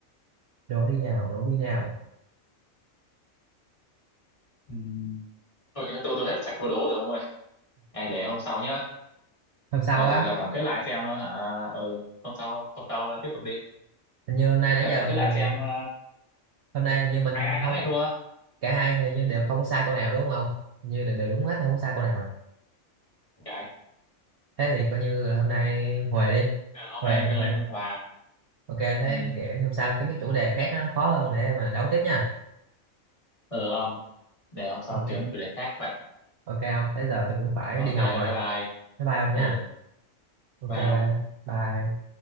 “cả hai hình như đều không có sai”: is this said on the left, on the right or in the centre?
Right